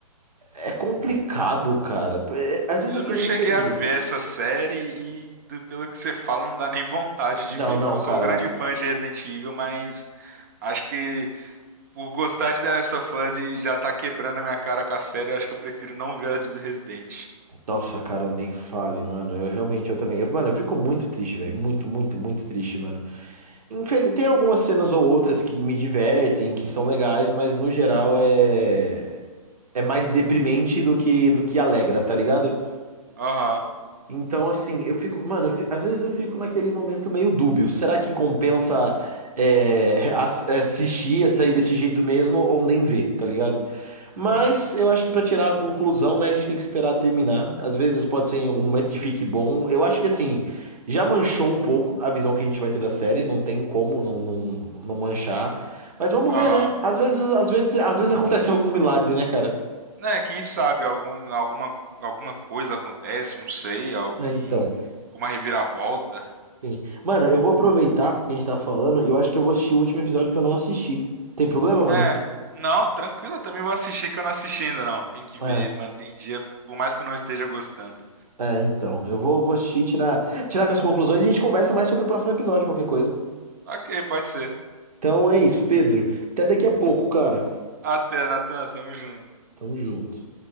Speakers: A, on the right; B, on the right.
A: É complicado, cara. É, às vezes
B: Eu
A: eu
B: não
A: queria
B: cheguei
A: entender.
B: a ver essa série e, do- pelo que você fala, não dá nem vontade
A: Não,
B: de ver,
A: não,
B: porque eu
A: cara.
B: sou um grande fã de Resident Evil, mas acho que por gostar de The Last of Us e já tá quebrando a minha cara com a série, eu acho que eu prefiro não ver a do Resident.
A: Nossa, cara, nem fale, mano. Eu realmente, eu também. eu- mano, eu fico muito triste, velho. Muito, muito, muito triste, mano. Infel- Tem algumas cenas ou outras que me divertem, que são legais, mas no geral é é mais deprimente do que do que alegra, tá ligado?
B: Aham,
A: Então, assim, eu fico. Mano, eu fi- às vezes eu fico naquele momento meio dúbio. Será que compensa é, ass- é, assistir, sair desse jeito mesmo ou nem ver, tá ligado? Mas
B: uhum,
A: eu acho que pra tirar a conclusão, né, a gente tem que esperar terminar. Às vezes pode ser em algum momento que fique bom. Eu acho que, assim, já manchou um pouco a visão que a gente vai ter da série. Não tem como não, não, não manchar. Mas vamos
B: aham.
A: ver, né? Às vezes, às vezes, às vezes acontece <laughs> algum milagre, né, cara?
B: Né, quem sabe algum, alguma, alguma coisa acontece, não sei, algum,
A: É, Então.
B: alguma reviravolta.
A: Sim. Mano, eu vou aproveitar que a gente tá falando e eu acho que eu vou assistir o último episódio que eu não assisti. Tem problema, mano?
B: É, não, tranquilo, eu também vou assistir que eu não assisti ainda, não. Tem que
A: É,
B: ver, manter em dia, por mais que eu não esteja gostando.
A: é, então. Eu vou, vou assistir, tirar, tirar minhas conclusões e a gente conversa mais sobre o próximo episódio, qualquer coisa.
B: Ok, pode ser.
A: Então é isso, Pedro. Até daqui a pouco, cara.
B: Até, Natan, tamo junto.
A: Tamo junto.